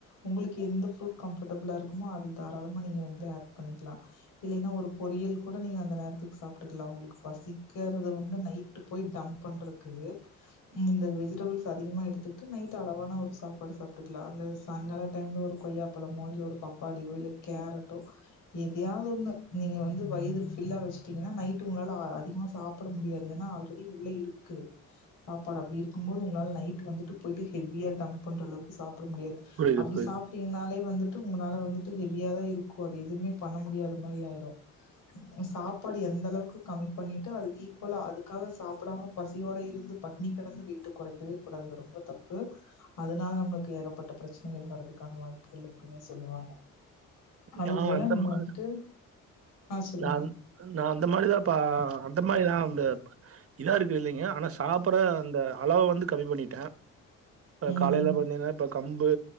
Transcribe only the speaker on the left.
உங்களுக்கு எந்த ஃப்ரூட் கம்ஃபர்டபுளா இருக்குமோ அது தாராளமா நீங்க வந்து ஆட் பண்ணிக்கலா இல்லினா ஒரு பொரியல் கூட நீங்க அந்த நேரத்துக்கு சாப்ட்டுக்கலா உங்களுக்கு பசிக்கிறது வந்து நை டு போய் டம்ப் பண்றக்கு இந்த வெஜிடபிள்ஸ் அதிகமா எடுத்துக்கிட்டு நைட் அளவான ஒரு சாப்பாடு சாப்ட்டுக்கலா அந்த சாயங்கால டைம்ல ஒரு கொய்யாப்பலமோ இல்ல ஒரு பப்பாளியோ இல்ல கேரட்டோ எதயாது ஒன்னு நீங்க வந்து வயிறு ஃபில்லா வெச்சிட்டீங்கனா நைட்டு உங்களால அதிகமா சாப்ட முடியாது ஏனா ஆல்ரெடி உள்ள இருக்கு சாப்பாடு அப்டி இருக்கும் போது உங்களால நைட்டு வந்துட்டு போயிட்டு ஹெவியா டம்ப் பண்ற அளவுக்கு சாப் பற முடியாது
அப்டி
சாப்ட்டீங்கனாலே வந்து ட்டு உங்களால வந்துட்டு ஹெவியா தா இருக்கு அது எதுமே பண்ண முடியாத மாரி ஆயிரு சாப்பாடு எந்த அளவுக்கு கம்மி பண்ணிட்டு அது ஈக்வலா அது அதுக்காக சாப்புடாம பசியோட இருந்து பட்னி கெடந்து வெய்ட்டு கொறைக்கவேக் கூடாது ரொம்ப தப்பு அதனால நம்மளுக்கு ஏகப்பட்ட பிரச்னைகள் வர்றதுக்கான வாய்ப்புகள் இருக்குன்னே சொல்லுவாங்க அதுக்கு
பதிலா
நீங்க
வந்துட்டு ஆ சொல்லுங்க
ம்